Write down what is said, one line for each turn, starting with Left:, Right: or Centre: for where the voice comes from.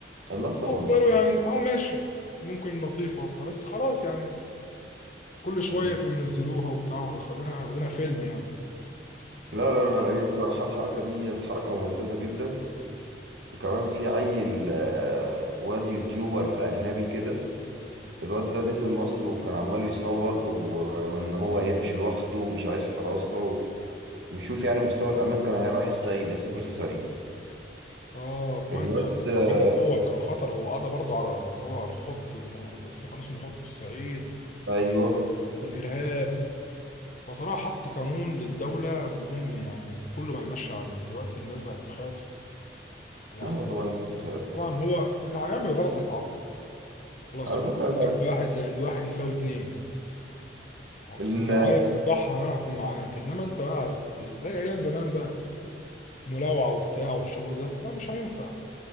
Right: لا
Left: هو
Right: طبعا
Left: بتهزروا
Right: لا
Left: يعني اه ماشي ممكن لطيفه وبتاع بس خلاص يعني كل شويه
Right: أيوة.
Left: كانوا ينزلوها وبتاع واخدينها واخدينها فيلم يعني
Right: لا لا لا هي الصراحة الحركة دي حركة ممتازة جدا وكمان في عيل آه، واد يوتيوبر أجنبي كده الواد ده نزل مصر وكان عمال يصور و- وإن هو هيمشي لوحده ومش عايز حراسة و- ويشوف يعني مستوى الأمان كان هيروح الصعيد هيسافر الصعيد
Left: اه كمان
Right: الواد
Left: يعني
Right: ده-
Left: الصعيد الاول كان خطر هو قضى برضه على اللي هو الخط اللي كان- اسمه كان اسمه خط الصعيد
Right: أيوه
Left: والارهاب بصراحة حط قانون للدولة مهم يعني وكله بقى يمشي عليه دلوقتي الناس بقت تخاف ويعني
Right: ما هو طبعا نفس الخلاف دلوقتي
Left: طبعا هو اللي هيعمل غلط هيتعاقب خلاص
Right: على
Left: هو
Right: فكرة
Left: عندك واحد زائد واحد يساوي اتنين هتكون
Right: ال-
Left: معايا في الصح انا هكون معاك انما انت بقى هت- زي ايام زمان بقى ملاوعة وبتاع والشغل ده لا مش هينفع